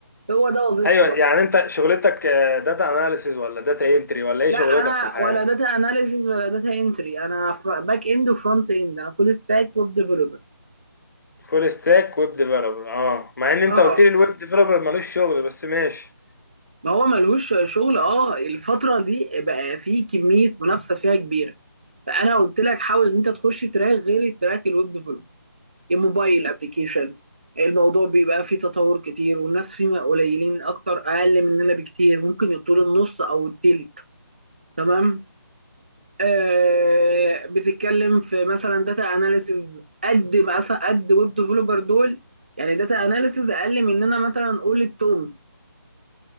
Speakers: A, on the right (about 25°); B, on the left (about 55°).
A: هو ده وظيفته
B: ايوه
A: بقى
B: يعني انت شغلتك داتا اناليسيز ولا داتا انتري ولا ايه
A: لا
B: شغلتك
A: انا
B: في الحياه
A: ولا داتا اناليسيز ولا داتا انتري انا باك اند وفرونت اند انا فول ستاك ويب ديفلوبر
B: فول ستاك ويب ديفلوبر اه مع ان انت
A: اه
B: قلت لي الويب ديفلوبر ملوش شغل بس ماشي
A: ما هو ملهوش شغل اه الفترة دي بقى في كمية منافسة فيها كبيرة فأنا قلت لك حاول إن أنت تخش تراك غير التراك الويب ديفلوب الموبايل أبلكيشن الموضوع بيبقى فيه تطور كتير والناس فيه قليلين أكتر أقل مننا بكتير ممكن يطول النص أو التلت تمام آه بتتكلم في مثلا داتا أناليسز قد مثلا قد ويب ديفلوبر دول يعني داتا أناليسز أقل مننا مثلا قول التوم